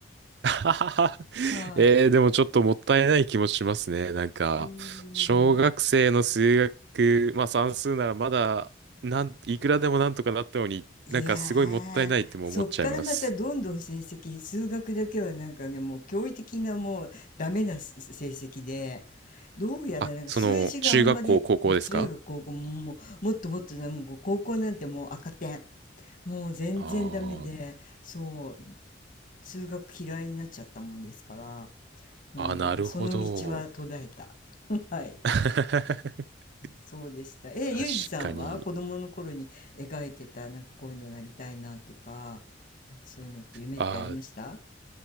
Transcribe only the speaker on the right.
<laughs> ははは
えー、でもちょっともったいない気もしますね。なんか、
小学生の数学、まあ算数ならまだ、なん、いくらでもなんとかなったのに、
なんかすごいもったいないっても思っちゃいます。
あ、その、中学校、高校ですか
あー
あ、なるほど。
<laughs>
確かに。
ああ、